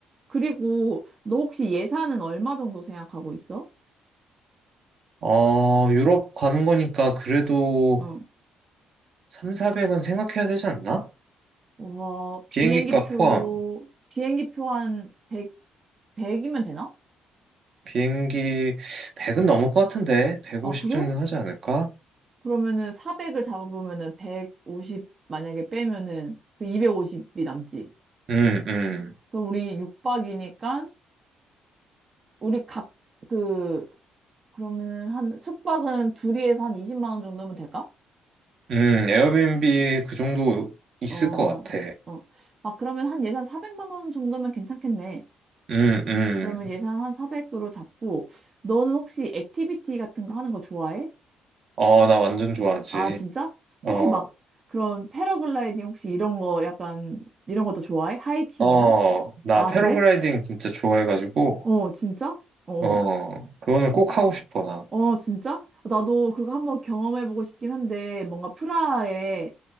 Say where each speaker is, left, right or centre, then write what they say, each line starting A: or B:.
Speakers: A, on the right; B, on the right.
A: 그리고 너 혹시 예산은 얼마 정도 생각하고 있어?
B: 어, 유럽 가는 거니까 그래도
A: 응.
B: 3, 400은 생각해야 되지 않나?
A: 와, 비행기표,
B: 비행기 값 포함.
A: 비행기표 한 100, 이면 되나?
B: 비행기 100은 넘을 것 같은데 150
A: 아, 그래?
B: 정도는 하지 않을까?
A: 그러면은 400을 잡아보면은 150 만약에 빼면은 그 250이 남지.
B: 음, 음.
A: 그럼 우리 육박이니까 우리 각 그 그러면은 한 숙박은 둘이에서 한 20만 원 정도면 될까?
B: 음, 에어비앤비 그 정도 있을
A: 어.
B: 것 같아.
A: 어. 아, 그러면 한 예산 400만 원 정도면 괜찮겠네.
B: 음, 음.
A: 그러면 예산 한 400으로 잡고, 너는 혹시 액티비티 같은 거 하는 거 좋아해?
B: 어, 나 완전 좋아하지.
A: 아, 진짜?
B: 어,
A: 혹시 막 그런 패러글라이딩 혹시 이런 거 약간 이런 것도 좋아해? 하이킹이나?
B: 어, 나
A: 아,
B: 패러글라이딩
A: 그래?
B: 진짜 좋아해가지고,
A: 어, 진짜? 어.
B: 어, 그거는 꼭 하고 싶어, 나.
A: 어, 어, 진짜? 나도 그거 한번 경험해보고 싶긴 한데, 뭔가 프라하에